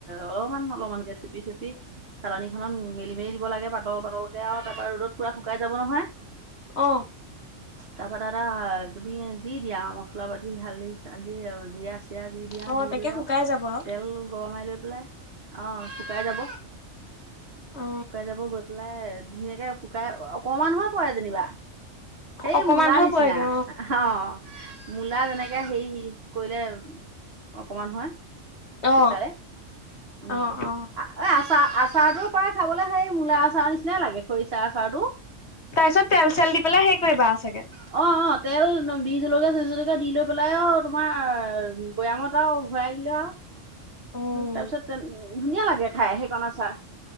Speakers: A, on the right; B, on the left.
A: অলপমান অলপমানকে চেপি চেপি চালনীখনত মেলি মেলি দিব লাগে পাতল পাতলকে আও তাৰপা ৰ'দত পুৰা শুকাই যাব নহয়
B: অ',
A: তাৰপা তাত আও তুমি যি দিয়া মছলা পাতি হালধি-চালধি জিয়া চিয়া যি। দিয়া
B: অ অ
A: দি
B: তেনেকে
A: লৈ
B: শুকাই
A: আও,
B: যাব আৰু।
A: তেল গৰমাই লৈ পেলাই অহ শুকাই যাব।
B: অ
A: শুকাই যাব গৈ পেলাই ধুনীয়াকে শুকাই অকমান হৈয়ে পৰে যেনিবা। সেই
B: অকমানহে
A: মূলাৰ নিচিনা
B: পৰেগে
A: অ, মূলা যেনেকে সেই কৰিলে অকমান হয়
B: অ
A: শুকালে উম!
B: অ অ
A: এই আচা আচাৰটো প্ৰায় খাবলে সেই মূলা আচাৰ নিচিনাই লাগে খৰিচাৰ আচাৰটো।
B: তাৰপিছত তেল চেল দি পেলাই সেই কৰিবা চাগে।
A: অ, অ, তেল বি জলকীয়া চি জলকীয়া দি লৈ পেলাই অ, তোমাৰ বৈয়ামত আও ভয়াই দিলোঁ আও।
B: উম
A: তাৰ পিছত তেন ধুনীয়া লাগে খাই সেইকণ আচাৰ।